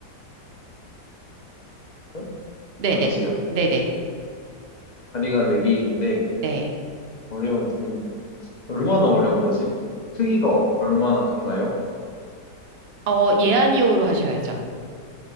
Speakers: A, on the left; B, on the right.
A: 응?
B: 네
A: 여보세요?
B: 네. 네네. 네.
A: 다리가 네 개인데
B: 네,
A: 어려운 동 얼마나 어려운 거지? 크기가 얼마나 큰가요?
B: 네. 어, 예, 아니요로 하셔야죠.